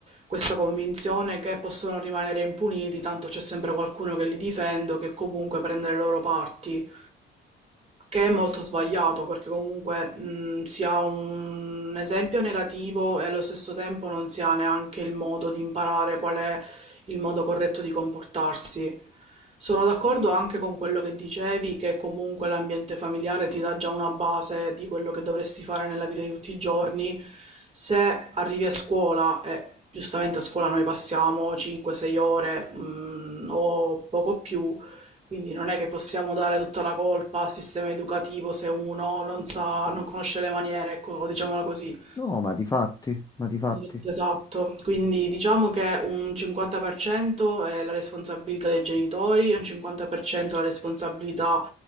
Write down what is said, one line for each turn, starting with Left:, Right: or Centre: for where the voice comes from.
Right: questa convinzione che possono rimanere impuniti, tanto c'è sempre qualcuno che li difende, o che comunque prende le loro parti. Che è molto sbagliato perché comunque mh, si ha un esempio negativo e allo stesso tempo non si ha neanche il modo di imparare qual è il modo corretto di comportarsi. Sono d'accordo anche con quello che dicevi, che comunque l'ambiente familiare ti dà già una base di quello che dovresti fare nella vita di tutti i giorni. Se arrivi a scuola, e giustamente a scuola noi passiamo 5-6 ore, mh, o poco più, quindi non è che possiamo dare tutta la colpa al sistema educativo se uno non sa, non conosce le maniere, ecco, diciamola così.
Left: No, ma di fatti, ma di fatti.
Right: Esatto, esatto. quindi diciamo che un 50% è la responsabilità dei genitori e un 50% è la responsabilità